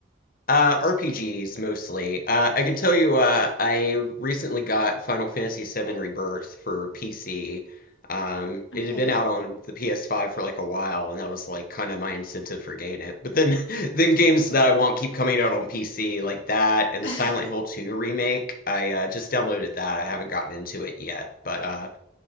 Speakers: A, on the left; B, on the left.
A: Uh, RPGs mostly. Uh, I can tell you, uh, I recently got Final Fantasy VII Rebirth for PC. Um, it
B: Okay.
A: had been out on the PS5 for like a while, and that was like kind of my incentive for getting it. But then, <laughs> then games that I want keep coming out on PC, like that,
B: <sighs>
A: and
B: I
A: the Silent Hill 2 remake. I uh, just downloaded that. I haven't gotten into it yet, but uh,